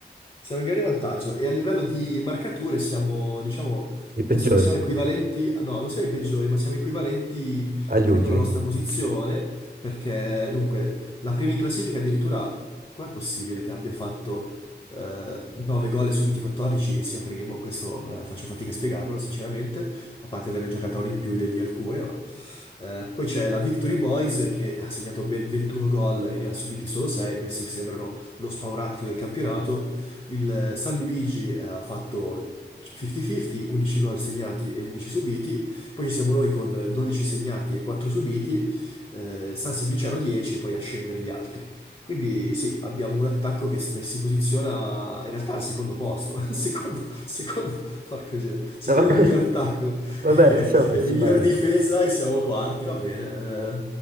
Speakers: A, on the left; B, on the right.
A: siamo in grande vantaggio e a livello di marcature siamo, diciamo,
B: I
A: penso
B: peggiori,
A: che siamo equivalenti, no, non siamo i peggiori, ma siamo equivalenti,
B: agli
A: credo,
B: ultimi.
A: alla nostra posizione, perché dunque la prima in classifica addirittura Com'è possibile che abbia fatto eh, 9 gol e subiti 14 e sia primo? Questo eh, faccio fatica a spiegarmelo, sinceramente, a parte averne giocata una in più de- di alcune, ma... eh, poi c'è la Victory Boys che ha segnato ben 21 gol e ne ha subiti solo 6, questi sembrano lo spauracchio del campionato. Il eh, San Luigi eh, ha fatto 50-50, 11 gol segnati e 11 subiti, poi ci siamo noi con 12 segnati e 4 subiti, eh, San Simpliciano 10 e poi a scendere gli altri. Quindi sì, abbiamo un attacco che sta- si posiziona in realtà al secondo posto, <laughs> secondo, secondo, porco Dio, secondo
B: <laughs>
A: miglior attacco <laughs>
B: Vabbè,
A: e
B: non siamo messi
A: e migliore
B: male.
A: difesa e siamo quarti, va bene, eh,